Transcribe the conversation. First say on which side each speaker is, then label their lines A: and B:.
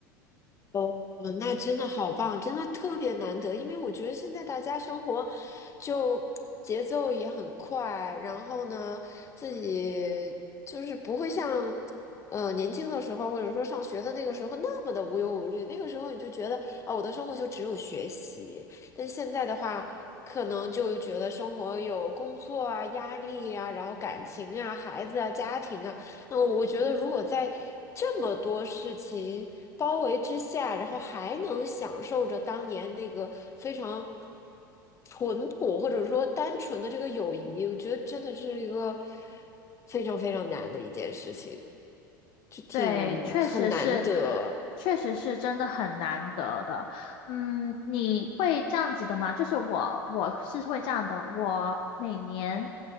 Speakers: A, on the left; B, on the left.
A: 哦，那真的好棒，真的特别难得，因为我觉得现在大家生活就节奏也很快，然后呢，自己就是不会像呃年轻的时候，或者说上学的那个时候那么的无忧无虑。那个时候你就觉得啊，我的生活就只有学习，但现在的话，可能就觉得生活有工作啊、压力啊，然后感情啊、孩子啊、家庭啊。那我觉得，如果在这么多事情包围之下，然后还能享受着当年那个非常淳朴或者说单纯的这个友谊，我觉得真的是一个非常非常难的一件事情，就挺很难得。
B: 对，确实是，确实是真的很难得的。嗯，你会这样子的吗？就是我，我是会这样的。我每年